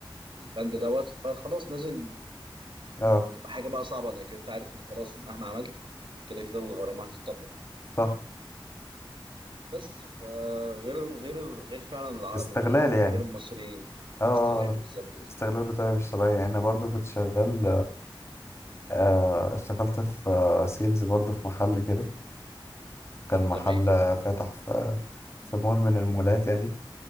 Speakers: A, on the right; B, on the left.
A: في البند دوت فخلاص نازل
B: اه
A: تبقى حاجه بقى صعبه انا كنت عارف ان خلاص مهما عملت كده كده الغرامه هتطبق
B: صح
A: بس فغير غير غير فعلا العرب
B: استغلال
A: وغير الم...
B: يعني
A: غير المصريين
B: اه
A: استغلال
B: آه، لا
A: بالظبط است-
B: استغلال بطريقة مش طبيعية يعني أنا برضو كنت شغال آه اشتغلت في آه سيلز برضو في محل كده كان محل
A: تمام
B: آه، فاتح في في مول من المولات يعني